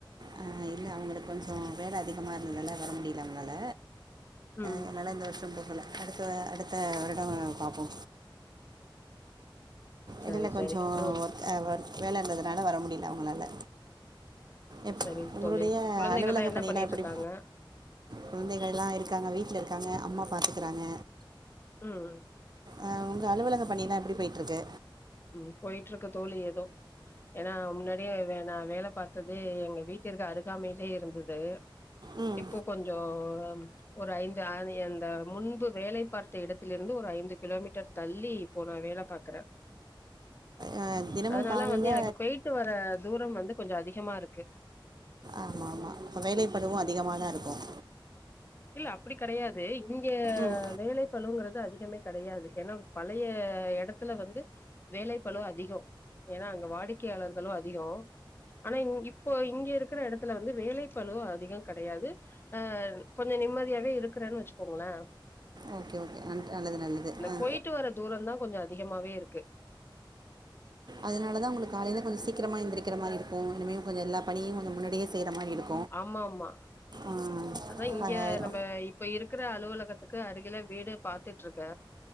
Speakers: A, on the right; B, on the left.
A: ஆ இல்ல அவுங்களுக்கு கொஞ்சோ வேல அதிகமா இருந்ததால வர முடில அவங்களால
B: ம்
A: அதனால இந்த வருஷோ போகல அடுத்த வ அடுத்த வருடோ பாப்போ
B: சரி
A: எடைல
B: சரி
A: கொஞ்சோ
B: ஓ
A: ஒர்க் ஒர்க் வேல இருந்ததுனால வர முடில அவுங்ளால எப்
B: சரி
A: உங்களுடைய
B: தோழி குழந்தைகள்லா
A: அலுவலகப்
B: என்ன
A: பணியெல்லா
B: பண்ணிட்டு
A: எப்படி
B: இருக்காங்க
A: குழந்தைகள்லா இருக்காங்க வீட்ல இருக்காங்க அம்மா பாத்துக்கறாங்க
B: ம்
A: ஆ உங்க அலுவலக பணில்லா எப்டி போயிட்ருக்கு
B: ம் போயிட்ருக்கு தோழி ஏதோ ஏன்னா முன்னாடி யே வே நா வேல பாத்தது எங்க வீட்டிற்கு அருகாமையிலே இருந்தது
A: ம்
B: இப்போ கொஞ்ச ஒரு ஐந்து ஆன அந்த முன்பு வேலை பார்த்த இடத்திலிருந்து ஒரு ஐந்து கிலோமீட்டர் தள்ளி இப்போ நா வேல பாக்கற
A: அஹ், தினமும்
B: அதனால
A: காலையில்
B: வந்து எனக்கு பேய்ட்டு வர தூரம் வந்து கொஞ்சோ அதிகமா இருக்கு
A: ஆமாமா அப்போ வேலைப்பளுவும் அதிகமாக தா இருக்கும்
B: இல்ல அப்டி கெடையாது இங்க
A: ம்
B: வேலைப் பளுங்கறது அதிகமே கெடையாது ஏன்னா பழைய எடத்துல வந்து வேலைப்பளு அதிக ஏன்னா அங்க வாடிக்கையாளர்களு அதிக ஆனா இங் இப்போ இங்க இருக்கிற எடத்துல வந்து வேலைப்பளு அதிக கெடையாது ஆ கொஞ்ச நிம்மதியாவே இருக்கறேன்னு வச்சுக்கோங்கள
A: ஓகே ஓகே அன்ட் நல்லது நல்லது ஆ
B: போயிட்டு வர தூரந்தா கொஞ்சோ அதிகமாவே இருக்கு
A: அதனால தா உங்களுக்கு காலைல கொஞ்ச சீக்கிரமா எந்திரிக்கிற மாரி இருக்கு இனிமே கொஞ்ச எல்லா பணியு கொஞ்ச முன்னடியே செய்ற மாரி இருக்
B: ஆமாமா
A: ஆஹ்
B: அதா இங்க நம்ப இப்ப இருக்கற அலுவலகத்துக்கு அருகில வீடே பாத்துட்ருக்க